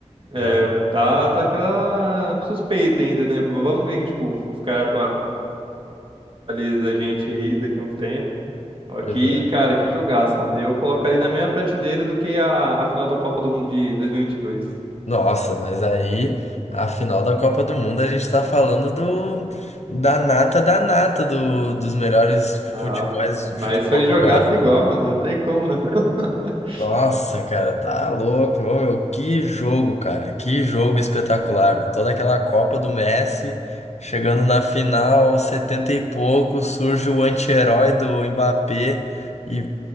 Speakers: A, on the right (about 50°); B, on the left (about 70°).
A: É,
B: Eu...
A: tá, tá aquela suspeita ainda, né? Vamos ver que, tipo, se os caras atualizam a gente aí daqui a um tempo. Só
B: Pois
A: que,
B: é.
A: cara, que jogaço, mano. Eu coloco ali na mesma prateleira do que a, a final da Copa do Mundo de 2022.
B: Nossa, mas aí a final da Copa do Mundo a gente tá falando do da nata da nata do... dos melhores futebols,
A: Ah, mas
B: futebol
A: foi
B: jogado,
A: jogaço
B: né?
A: igual, mano. Não tem como, não. <laughs>
B: Nossa, cara, tá louco, meu, meu, que jogo, cara, que jogo espetacular, meu. Toda aquela Copa do Messi, chegando na final aos 70 e pouco, surge o anti-herói do Mbappé e,